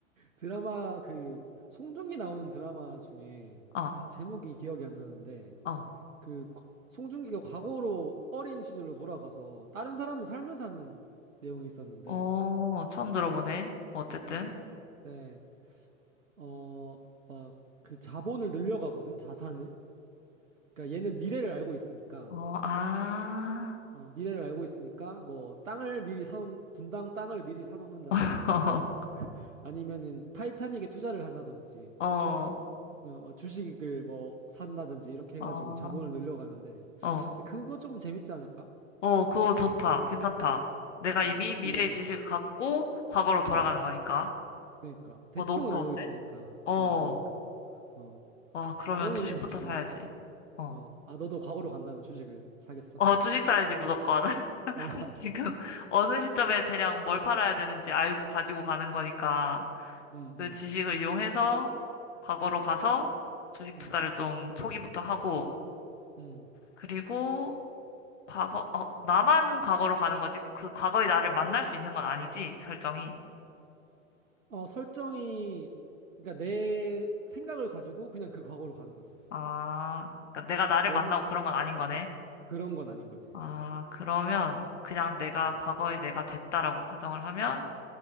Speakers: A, on the right; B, on the left.
A: 드라마 그 송중기 나오는 드라마 중에
B: 어,
A: 아 제목이 기억이 안 나는데
B: 어,
A: 그 과- 송중기가 과거로 어린 시절로 돌아가서 다른 사람을 살면서 하는 내용이 있었는데
B: 어, 처음 들어보네. 어쨌든,
A: 음, 네, 어, 막 그 자본을 늘려가거든 자산을 그러니까 얘는 미래를 알고 있으니까
B: 어, 아,
A: 어, 미래를 알고 있으니까 뭐 땅을 미리 사놓 분당 땅을 미리 사놓는다든지
B: <laughs>
A: 아니면은 타이타닉에 투자를 한다든지
B: 어,
A: 어, 뭐 주식을 뭐 산다든지 이렇게
B: 어,
A: 해가지고 자본을 늘려가는데
B: 어,
A: 그거 조금 재밌지 않을까?
B: 어, 그거 좋다. 괜찮다. 내가 이미
A: 음,
B: 미래의
A: 그거 재밌을.
B: 지식을 갖고 과거로 돌아가는
A: 음,
B: 거니까.
A: 그러니까 대충은
B: 어, 너무 좋은데?
A: 알고 있으니까.
B: 어.
A: 음, 그러니까. 어,
B: 와, 그러면
A: 너는
B: 주식부터
A: 혹시
B: 사야지. 어.
A: 어, 아 너도 과거로 간다면 주식을 사겠어?
B: 어, 주식 사야지, 무조건. <laughs>
A: <laughs> 어,
B: 지금 어느 시점에 대략 뭘 팔아야 되는지 알고 가지고 가는 거니까
A: 음,
B: 그
A: 음,
B: 지식을 이용해서 과거로 가서 주식
A: 음,
B: 투자를 좀 초기부터 하고
A: 음.
B: 그리고 과거, 어, 나만 과거로 가는 거지. 그 과거의 나를 만날 수 있는 건 아니지, 설정이.
A: 어, 설정이 그러니까 내 생각을 가지고 그냥 그 과거로 가는 거지.
B: 아, 그러니까 내가 나를
A: 내
B: 만나고
A: 생,
B: 그런 건 아닌 거네.
A: 그런 건 아닌 거지.
B: 아, 그러면 그냥 내가
A: 음,
B: 과거의 내가 됐다라고 가정을 하면